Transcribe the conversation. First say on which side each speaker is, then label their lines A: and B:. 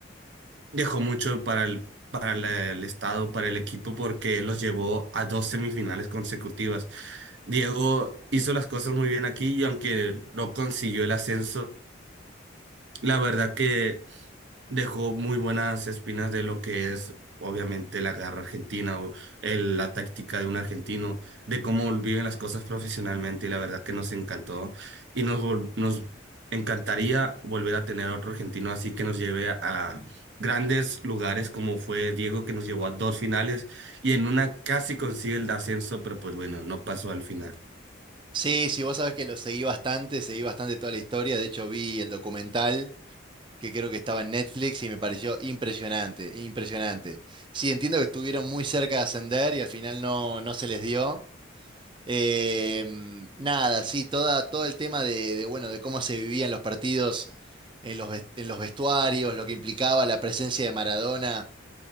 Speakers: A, on the right; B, on the right.
A: dejó mucho para el, para la- el estado, para el equipo, porque los llevó a dos semifinales consecutivas. Diego hizo las cosas muy bien aquí y aunque no consiguió el ascenso, la verdad que dejó muy buenas espinas de lo que es, obviamente, la garra argentina o el- la táctica de un argentino, de cómo viven las cosas profesionalmente y la verdad que nos encantó y nos, vol- nos encantaría volver a tener a otro argentino así que nos lleve a, a grandes lugares como fue Diego que nos llevó a dos finales y en una casi consigue el ascenso, pero pues bueno, no pasó al final.
B: Sí, sí, vos sabés que lo seguí bastante, seguí bastante toda la historia. De hecho, vi el documental que creo que estaba en Netflix y me pareció impresionante, impresionante. Sí, entiendo que estuvieron muy cerca de ascender y al final no, no se les dio. Eh, nada, sí, toda, todo el tema de, de, bueno, de cómo se vivían los partidos en los, ves- en los vestuarios, lo que implicaba la presencia de Maradona